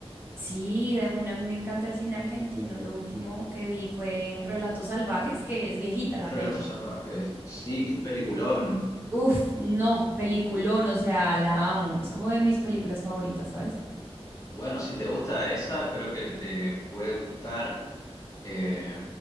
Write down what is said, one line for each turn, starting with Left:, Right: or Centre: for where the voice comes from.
Right: Sí, de una, a mí me encanta el cine argentino. Lo último que vi fue Relatos Salvajes, que es viejita la
Left: Relatos
Right: peli.
Left: salvajes. Sí, qué peliculón.
Right: Uf, no, peliculón, o sea, la amo. Es como de mis películas favoritas, ¿sabes?
Left: Bueno, si te gusta esa, creo que te puede gustar. eh,